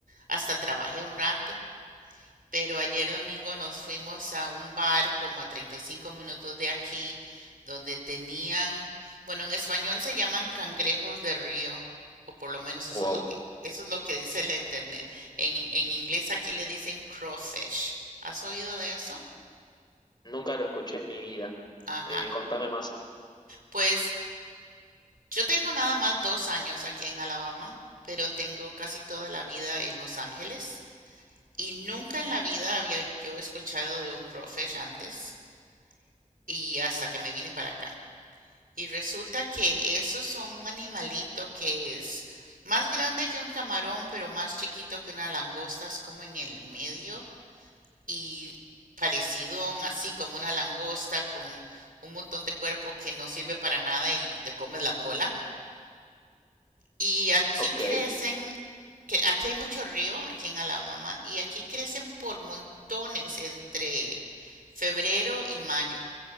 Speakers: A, on the right (about 80°); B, on the left (about 30°).
A: hasta trabajé un rato, pero ayer domingo nos fuimos a un bar como a 35 minutos de aquí, donde tenían, bueno, en español se llaman cangrejos de río, o por lo menos eso
B: Wow,
A: es lo que, eso es lo que dice la internet. En, en inglés aquí le dicen crawfish. ¿Has oído de eso?
B: nunca lo escuché en mi vida.
A: Ajá,
B: Eh, contame más.
A: Pues yo tengo nada más dos años aquí en Alabama, pero tengo casi toda la vida en Los Ángeles y nunca en la vida había yo escuchado de un crawfish antes y hasta que me vine para acá. Y resulta que esos son un animalito que es más grande que un camarón, pero más chiquito que una langosta, es como en el medio y parecidón, así como una langosta con un montón de cuerpo que no sirve para nada y y te comes la cola. Y aquí
B: Ok,
A: crecen, que aquí hay mucho río, aquí en Alabama, y aquí crecen por montones entre febrero y mayo.